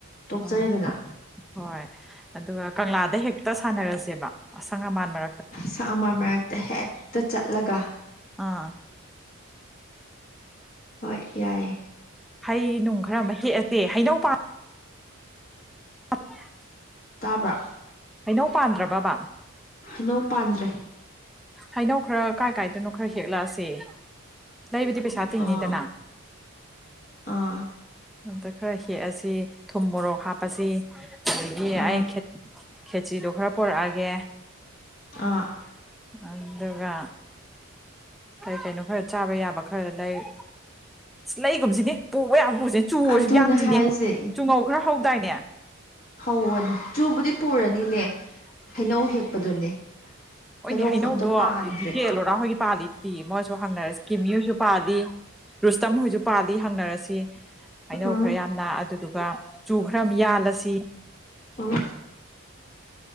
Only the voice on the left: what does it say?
ꯀꯣꯛꯆꯔꯦꯗꯅ
ꯁꯛ ꯑꯃ ꯃꯔꯛꯇ ꯍꯦꯛꯇ ꯆꯠꯂꯒ
ꯍꯣꯏ ꯌꯥꯏ
ꯇꯥꯕ꯭ꯔꯥ
ꯍꯩꯅꯧ ꯄꯥꯟꯗ꯭ꯔꯦ
ꯑꯥ ꯑꯥ
ꯑꯥ
ꯑꯥ
ꯑꯗꯨꯅ
ꯍꯥꯏꯁꯦ
ꯍꯧꯔꯅꯤ ꯆꯨꯕꯨꯗꯤ ꯄꯨꯔꯅꯤꯅꯦ ꯍꯩꯅꯧ ꯍꯦꯛꯄꯗꯨꯅꯦ
ꯍꯩꯅꯧꯁꯨ
ꯑꯝꯇ ꯄꯥꯟꯗ꯭ꯔꯦ
ꯑꯥ
ꯑꯣ